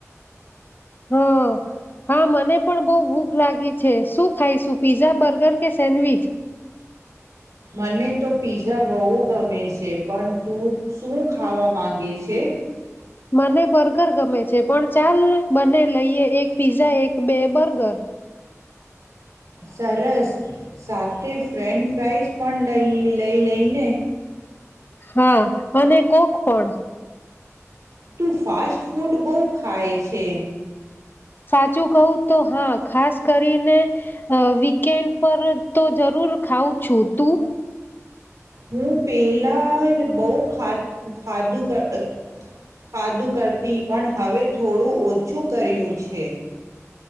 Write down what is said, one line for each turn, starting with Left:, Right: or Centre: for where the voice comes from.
Left: હ હા મને પણ બહ ભૂખ લાગી છે શું ખાઈશું પીઝા, બર્ગર કે સેન્ડવીચ?
Right: મને તો પીઝા બહુ ગમે છે પણ તું શું ખાવા માંગે છે?
Left: મને બર્ગર ગમે છે પણ ચાલ બને લઈએ એક પીઝા એક બે બર્ગર.
Right: સરસ સાથે ફ્રેન્ચ ફાઇઝ પણ લઈ લઈને.
Left: હા અને કોક પણ.
Right: તું ફાસ્ટ ફૂડ બહુ ખાય છે.
Left: સાચું કહું તો હા ખાસ કરીને વીકેન્ડ પર તો જરૂર ખઉં છું તું?
Right: હું પેલા બહ ખા ખાધું ખાધું કરતી પણ હવે થોડું ઓછું કર્યું છે.